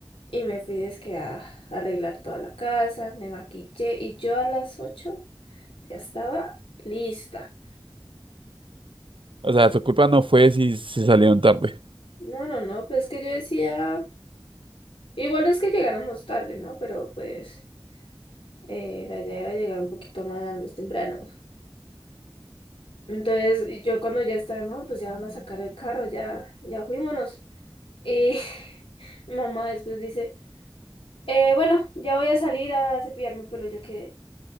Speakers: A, on the left (about 85°); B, on the right (about 70°).
A: y me fui es que a arreglar toda la casa, me maquillé y yo a las ocho ya estaba lista.
B: o sea, tu culpa no fue si se salieron tarde.
A: No, no, no, pues que yo decía, igual no es que llegáramos tarde, ¿no? Pero pues. eh, la idea era llegar un poquito más temprano. Entonces, y yo cuando ya está, no, pues ya van a sacar el carro, ya, ya fuímonos. Y <laughs> mi mamá después dice, "Eh, bueno, ya voy a salir a cepillarme el pelo. Yo quedé,